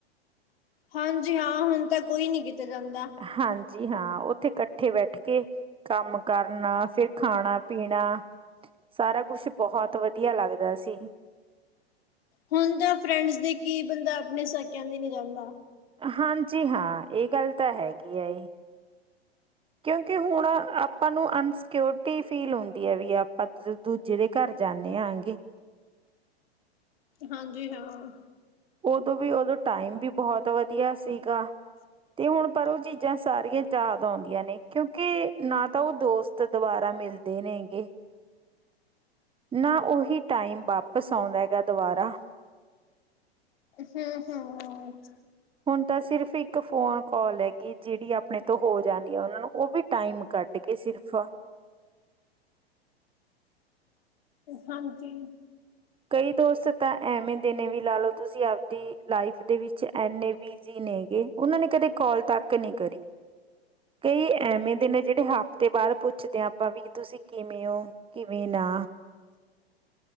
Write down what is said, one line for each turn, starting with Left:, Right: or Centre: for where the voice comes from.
Left: ਹਾਂਜੀ ਹਾਂ ਹੁਣ ਤਾਂ ਕੋਈ ਨੀ ਕਿਤੇ ਜਾਂਦਾ।
Right: ਹਾਂਜੀ ਹਾਂ, ਉੱਥੇ ਇਕੱਠੇ ਬੈਠ ਕੇ ਕੰਮ ਕਰਨਾ ਫਿਰ ਖਾਣਾ ਪੀਣਾ। ਸਾਰਾ ਕੁਛ ਬਹੁਤ ਵਧੀਆ ਲੱਗਦਾ ਸੀ।
Left: ਹੁਣ ਤਾਂ ਫਰੈਂਡਸ ਦੇ ਕੀ ਬੰਦਾ ਆਪਣੇ ਸਕਿਆਂ ਦੇ ਨੀ ਜਾਂਦਾ।
Right: ਹਾਂਜੀ ਹਾਂ ਇਹ ਗੱਲ ਤਾਂ ਹੈਗੀ ਐ। ਕਿਉਂਕਿ ਹੁਣ ਆਪਾਂ ਨੂੰ ਅਨਸਿਊਕਰਟੀ ਫੀਲ ਹੁੰਦੀ ਐ ਵੀ ਆਪਾਂ ਦੂ- ਦੂ। ਜਿਹਦੇ ਘਰ ਜਾਂਦੇ ਆਂਗੇ।
Left: ਹਾਂਜੀ ਹਾਂ।
Right: ਉਦੋਂ ਵੀ ਉਦੋਂ, ਟਾਈਮ ਵੀ ਬਹੁਤ ਵਧੀਆ ਸੀਗਾ। ਤੇ ਹੁਣ ਪਰ ਉਹ ਚੀਜ਼ਾਂ ਸਾਰੀਆਂ ਯਾਦ ਆਉਂਦੀਆਂ ਨੇ ਕਿਉਂਕਿ ਨਾ ਤਾਂ ਉਹ ਦੋਸਤ ਦੁਬਾਰਾ ਮਿਲ। ਦੇ ਨੇ ਗੇ। ਨਾ ਉਹੀ ਟਾਈਮ ਵਾਪਿਸ ਆਉਂਦਾ ਗਾ ਦੁਬਾਰਾ।
Left: ਹੁੰ- ਹੁੰ।
Right: ਹੁਣ ਤਾਂ ਸਿਰਫ਼ ਇੱਕ ਫੋਨ ਕੋਲ ਹੈਗੀ ਜਿਹੜੀ ਆਪਣੇ ਤੋਂ ਹੋ ਜਾਂਦੀ ਆ ਉਹਨਾਂ ਨੂੰ ਉਹ ਵੀ ਟਾਈਮ ਕੱਢ ਕੇ ਸਿਰਫ਼।
Left: ਹਾਂਜੀ।
Right: ਕਈ ਦੋਸਤ ਤਾਂ ਐਵੇਂ ਦੇ ਨੇ ਵੀ ਲਾ ਲਓ ਤੁਸੀਂ ਆਪਦੀ ਲਾਈਫ਼ ਦੇ ਵਿੱਚ ਐੰਨੇ ਵੀ ਜੀਨੇਗੇ ਉਹਨਾਂ ਨੇ ਕਦੇ ਕੋਲ ਤੱਕ ਨੀ ਕਰੀ। ਕਈ ਐਵੇਂ ਦੇ ਨੇ ਜਿਹੜੇ ਹਫ਼ਤੇ ਬਾਅਦ ਪੁੱਛਦੇ ਆ ਆਪਾਂ ਵੀ ਤੁਸੀਂ ਕਿਵੇਂ ਹੋ? ਕਿਵੇਂ ਨਾ